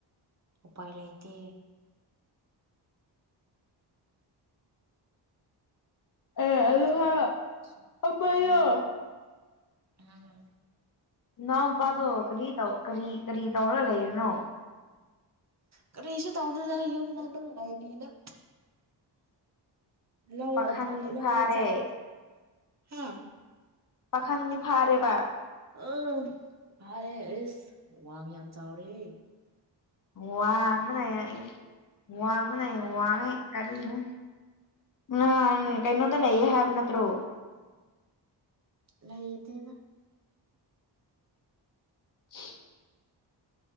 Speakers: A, on the right; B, on the left.
A: ꯎꯄꯥꯏ ꯂꯩꯇꯦ꯫
B: ꯑꯦ ꯑꯗꯨ
A: ꯈꯪꯉꯦ
B: ꯍꯥꯏꯔ
A: ꯑꯩꯁꯨ
B: ꯑꯃꯗꯣ
A: ꯍꯥꯟꯅ ꯑꯝ꯫
B: ꯅꯅꯥꯎ ꯅꯨꯄꯥꯗꯣ ꯀꯔꯤ ꯇꯧ ꯀꯔꯤ ꯀꯔꯤ ꯇꯧꯔꯒ ꯂꯩꯔꯤꯅꯣ꯫
A: ꯀꯔꯤꯁꯨ ꯇꯧꯗꯦꯗ ꯌꯨꯝꯗ ꯍꯟꯗꯛ ꯂꯩꯔꯤꯗ꯫ ꯂꯧ
B: ꯄꯥꯈꯪꯗꯤ
A: ꯑꯗꯨ ꯂꯧꯋꯣ
B: ꯐꯥꯔꯦ
A: ꯆꯥꯛ ꯍꯥ꯫
B: ꯄꯥꯈꯪꯗꯤ ꯐꯥꯔꯦꯕ꯫
A: ꯑ ꯐꯥꯔꯦ ꯑꯦꯁ ꯋꯥꯡ ꯌꯥꯝ ꯆꯥꯎꯔꯦꯍꯦ꯫
B: ꯋꯥꯡꯕꯅꯦ ꯑꯩ ꯋꯥꯡꯕꯅꯦ ꯋꯥꯡꯉꯦ ꯀꯔꯤꯅꯣ ꯅꯍꯥꯟ ꯀꯩꯅꯣꯗ ꯂꯩꯌꯦ ꯍꯥꯏꯕ ꯅꯠꯇ꯭ꯔꯣ꯫
A: ꯂꯩꯇꯦꯗ꯫
B: ꯎ